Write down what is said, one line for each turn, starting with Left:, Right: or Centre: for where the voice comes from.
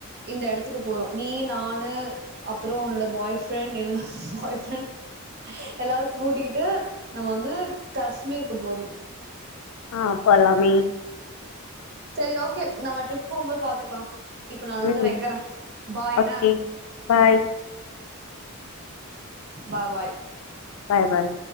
Right: இந்த எடத்துக்கு போறோ நீ நானு அப்றம் உன்னோட பாய் ஃப்ரெண்ட் என்னோட பாய் ஃப்ரெண்ட் எல்லாரும் கூட்டிக்கிட்டு நம்ம வந்து காஷ்மீருக்கு போறோ
Left: ஆ போலாமே
Right: சரி ஓகே நம்ம ட்ரிப் போம்போது பாத்துக்கலா இப்ப நா வந்து
Left: ம்
Right: வெக்கறே பாய் என்ன
Left: okay bye
Right: bye bye
Left: bye பாய்